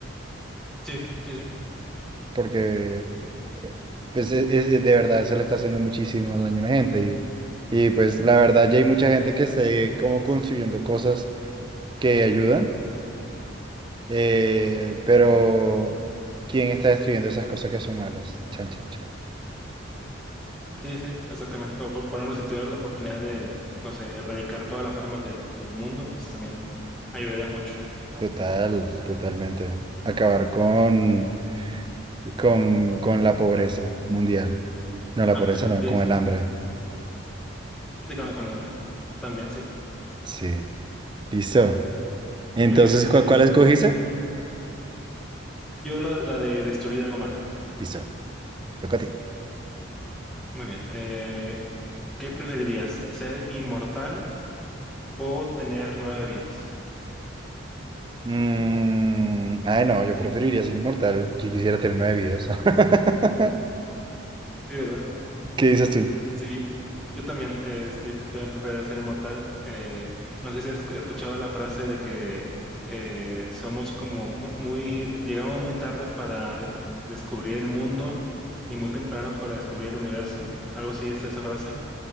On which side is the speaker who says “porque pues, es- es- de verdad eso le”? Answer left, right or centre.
Right